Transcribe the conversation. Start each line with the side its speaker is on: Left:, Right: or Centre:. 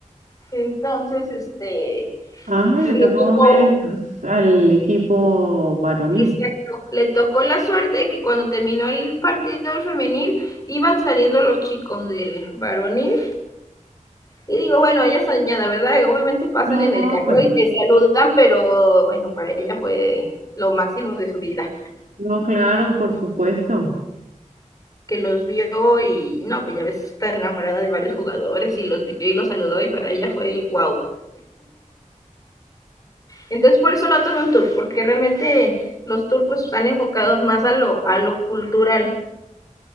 Left: Entonces, este,
Right: Ah,
Left: me
Right: le tocó
Left: tocó,
Right: ver entonces al equipo varonil.
Left: exacto, le tocó la suerte de que cuando terminó el partido del femenil iban saliendo los chicos del varonil Y digo, bueno, ella soñada, ¿verdad? Obviamente pasan
Right: No,
Left: en el carro
Right: pues.
Left: y te saludan, pero bueno, para ella fue lo máximo de su vida,
Right: No, claro, por supuesto.
Left: que los vio y no, pues ya ves, está enamorada de varios jugadores y los vio y los saludó y para ella fue wow. Entonces por eso no tomé un tour, porque realmente los tours pues están enfocados más a lo, a lo cultural.